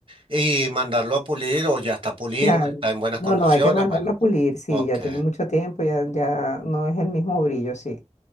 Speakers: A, on the right (about 45°); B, on the left (about 70°).
A: Y mandarlo a pulir o ya está pulido,
B: Claro.
A: está en buenas
B: No,
A: condiciones.
B: no, hay que mandarlo
A: Bueno,
B: a pulir, sí,
A: ok.
B: ya tiene mucho tiempo, ya, ya no es el mismo brillo, sí.